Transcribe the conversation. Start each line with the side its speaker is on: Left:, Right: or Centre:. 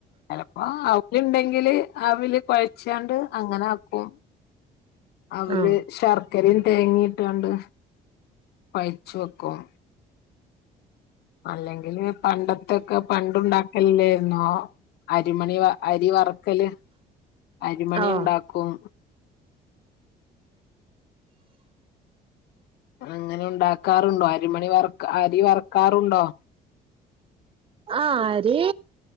Left: ചിലപ്പോ അവില് ഉണ്ടെങ്കില് അവില് കുഴച്ചാണ്ട് അങ്ങനെ ആക്കും അവില്
Right: ആഹ്
Left: ശർ ക്കരിയും തേങ്ങിയിട്ടാണ്ട് കൊഴച്ച് വെക്കും അല്ലെങ്കില് പണ്ടത്തൊക്കെ പണ്ട ഉണ്ടാക്കലില്ലുന്നോ അരിമണി വ അരി വറക്കല് അരിമണി
Right: ഓ
Left: ഉണ്ടാക്കും അങ്ങനെ ഉണ്ടാക്കാറുണ്ടോ അരിമണി വ അരി വറു ക്കാറുണ്ടോ
Right: ആരി